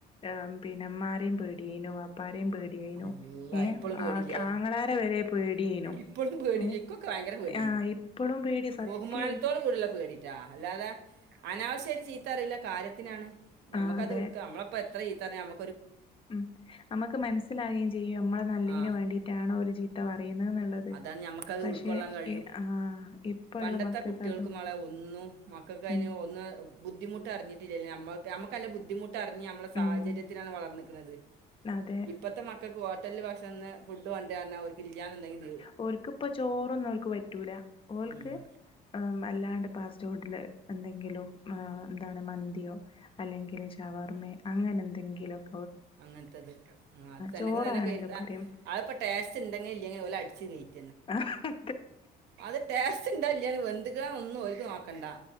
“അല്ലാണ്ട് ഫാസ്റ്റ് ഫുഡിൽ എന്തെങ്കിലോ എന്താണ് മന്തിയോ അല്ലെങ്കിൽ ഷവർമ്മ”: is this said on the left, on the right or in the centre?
Left